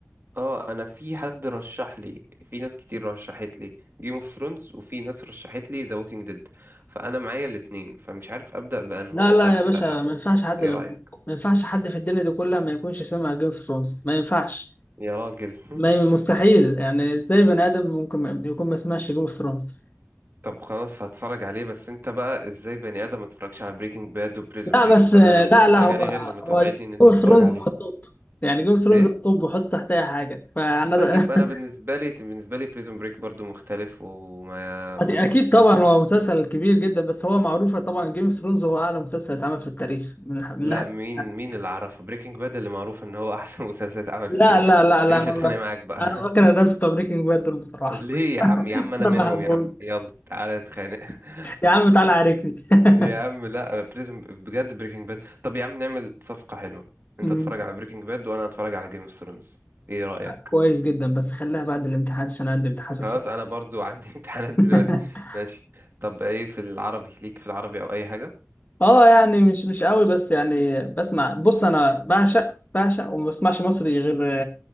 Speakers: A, on the right; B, on the left.
A: اه انا في حد رشح لي في ناس كتير رشحت لي جيم اوف ثرونز وفي ناس رشحت لي ذا ووكينج ديد فانا معايا الاتنين فمش عارف ابدا بانه
B: لا
A: فانت
B: لا يا باشا ما ينفعش حد
A: ايه
B: ما
A: رايك
B: ما ينفعش حد في الدنيا دي كلها ما يكونش سمع جيم اوف ثرونز ما ينفعش
A: يا راجل <laughs>
B: ما مستحيل يعني ازاي بني ادم ممكن ما- يكون ما سمعش جيم اوف ثرونز
A: طب خلاص هتفرج عليه بس انت بقى ازاي بني ادم ما اتفرجش على بريكنج باد وبريزون
B: لا
A: بريك
B: بس
A: فانا
B: آه،
A: لا
B: لا
A: مش هتفرج
B: لا هو
A: عليه غير لما توعدني
B: هو جيم
A: ان انت
B: اوف
A: تتفرج
B: ثرونز
A: عليه
B: هو الطب يعني جيم اوف ثرونز
A: ايه
B: هو الطب وحط تحت اي حاجه فانا
A: طيب
B: <laughs>
A: انا بالنسبه لي بالنسبه لي بريزون بريك برضو مختلف وما ما
B: بس اكيد
A: تحطش
B: طبعا هو مسلسل كبير جدا بس هو معروفه طبعا جيم اوف ثرونز هو اعلى مسلسل اتعمل في التاريخ من ح- من
A: لا
B: ناحيه
A: مين مين اللي عرفه بريكنج باد اللي معروف ان هو احسن <laughs> مسلسل اتعمل
B: لا
A: في التاريخ
B: لا لا لا
A: ايش
B: انا
A: اتخانق
B: ب-
A: معاك بقى
B: انا بكره الناس بتوع بريكنج باد دول
A: <laughs>
B: بصراحه
A: ليه
B: <laughs>
A: يا عم يا
B: انا
A: عم انا منهم
B: ما بحبهم
A: يا عم يلا تعالى نتخانق <laughs>
B: يا عم تعالى عاركني <laughs>
A: يا عم لا بريزون بجد بريكنج باد طب يا عم نعمل صفقة حلوة انت
B: أمم.
A: اتفرج على بريكنج باد وانا اتفرج على جيم اوف ثرونز ايه رأيك
B: كويس جدا بس خليها بعد الامتحان عشان عندي امتحان
A: خلاص
B: في الفضل.
A: انا برضو عندي <laughs> امتحانات دلوقتي
B: <laughs>
A: ماشي طب ايه في العربي ليك في العربي او اي حاجة
B: اه يعني مش مش قوي بس يعني بسمع بص انا بعشق بعشق وما بسمعش مصري غير